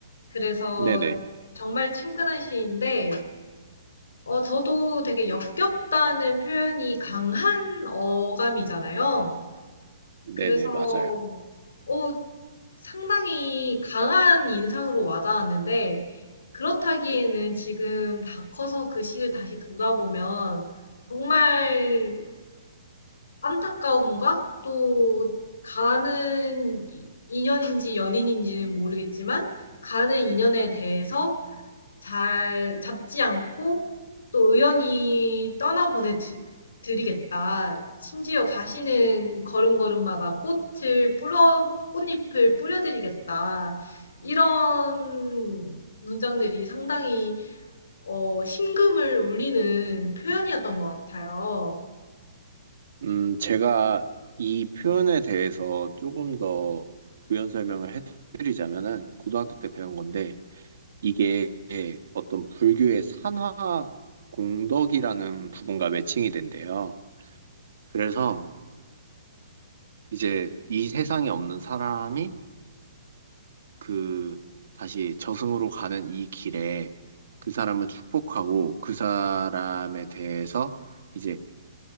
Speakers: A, on the left; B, on the right.
A: 그래서
B: 네네,
A: 정말 친근한 시인데, 어, 저도 되게 역겹다는 표현이 강한 어감이잖아요.
B: 네네,
A: 그래서,
B: 맞아요.
A: 어, 상당히 강한 인상으로 와닿았는데, 그렇다기에는 지금 다 커서 그 시를 다시 돌아보면 정말 안타까움과 또 가는 인연인지 연인인지는 모르겠지만 가는 인연에 대해서 잘 잡지 않고 또 의연히 떠나보내 드- 드리겠다. 심지어 가시는 걸음걸음마다 꽃을 뿌려, 꽃잎을 뿌려드리겠다. 이런 문장들이 상당히 어, 심금을 울리는 표현이었던 것 같아요.
B: 음, 제가 이 표현에 대해서 조금 더 부연 설명을 해드리자면은 고등학교 때 배운 건데 이게 어떤 불교의 산화 공덕이라는 부분과 매칭이 된대요. 그래서 이제 이 세상에 없는 사람이 그 다시 저승으로 가는 이 길에 그 사람을 축복하고 그 사람에 대해서 이제